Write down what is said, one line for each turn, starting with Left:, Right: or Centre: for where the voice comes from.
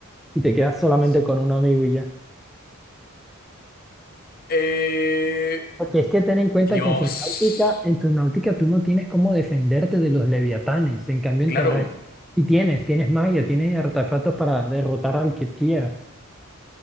Left: complicadísimo.
Centre: y te quedas solamente con un amigo y ya?
Left: Eh,
Centre: Porque es que ten en cuenta
Left: Dios.
Centre: que en su náutica, en tu náutica tú no tienes cómo defenderte de los leviatanes, en cambio en
Left: Claro,
Centre: terrestre y tienes, tienes magia, tienes artefactos para derrotar al que quieras.